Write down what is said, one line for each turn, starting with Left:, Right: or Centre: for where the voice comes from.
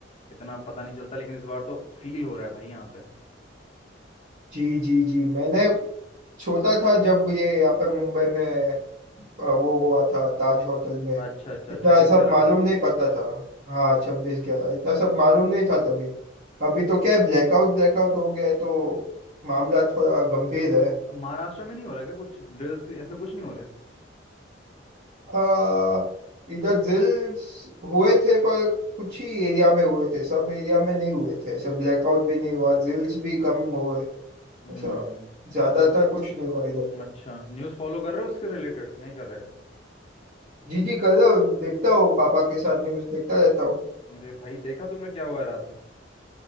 Left: इतना पता नहीं चलता लेकिन इस बार तो फील हो रहा है भाई यहाँ पे
Right: जी जी जी मैंने छोटा था जब ये यहाँ पर मुंबई में अ, वो हुआ था ताज होटल में
Left: अच्छा अच्छा
Right: इतना
Left: अच्छा, छब्बीस
Right: सब
Left: ग्यारह
Right: मालूम नहीं पता था हाँ छब्बीस ग्यारह इतना सब मालूम नहीं था तभी अभी तो क्या है, ब्लैकआउट ब्लैकआउट हो गया है तो मामला थोड़ा गंभीर है
Left: महाराष्ट्र में नहीं हो रहा क्या कुछ ड्रिल्स ऐसा कुछ नहीं हो रहा है?
Right: आ, इधर drills हुए थे पर कुछ ही एरिया में हुए थे सब एरिया में नहीं हुए थे सब ब्लैकआउट भी नहीं हुआ drills भी कम हुए
Left: हम्म
Right: ऐसा ज्यादातर
Left: तो
Right: कुछ नहीं हुआ इधर
Left: अच्छा न्यूज़ फॉलो कर रहे हो उसके रिलेटेड नहीं कर रहे
Right: जी जी कर रहा हूँ देखता हूँ पापा के साथ न्यूज़ देखता रहता हूँ
Left: अरे भाई देखा तुमने क्या हुआ है रात